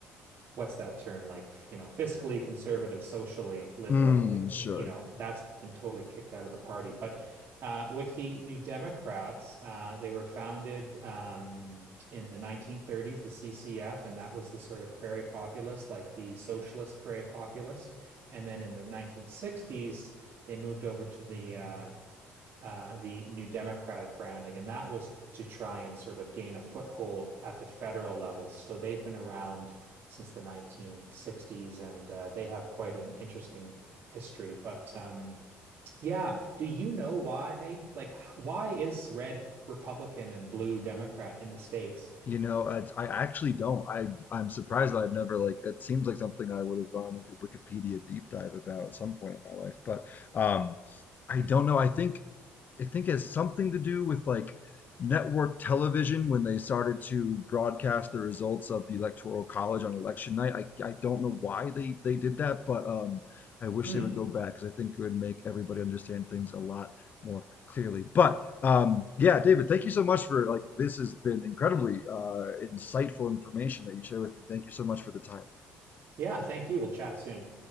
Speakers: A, on the right; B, on the left.
A: what's that term like you know fiscally conservative socially liberal
B: Mm,
A: like
B: sure.
A: you know that's been totally kicked out of the party but uh, with the New Democrats uh, they were founded um, in the 1930s the CCF and that was the sort of prairie populist like the socialist prairie populist and then in the 1960s they moved over to the uh, uh, the New Democratic branding, and that was to try and sort of gain a foothold at the federal level. So they've been around since the 1960s, and uh, they have quite an interesting history. But um, yeah, do you know why? Like, why is red Republican and blue Democrat in the States?
B: You know, I, I actually don't. I I'm surprised that I've never like it seems like something I would have done like a Wikipedia deep dive about at some point in my life. But um I don't know. I think I think it has something to do with like network television when they started to broadcast the results of the Electoral College on election night. I I don't know why they they did that, but um I wish
A: Hmm.
B: they would go back because I think it would make everybody understand things a lot more clearly. But um, yeah, David, thank you so much for like this has been incredibly uh, insightful information that you share with me. Thank you so much for the time.
A: Yeah, thank you. We'll chat soon.